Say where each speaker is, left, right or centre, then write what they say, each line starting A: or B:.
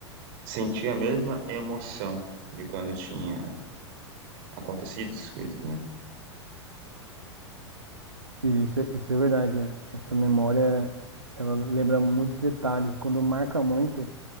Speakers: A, on the right (about 50°); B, on the right (about 85°).
A: sentir a mesma emoção de quando tinha acontecido essas coisas, né?
B: E Isso, é- isso é verdade. é. Essa memória, ela lembra muitos detalhes. Quando marca muito,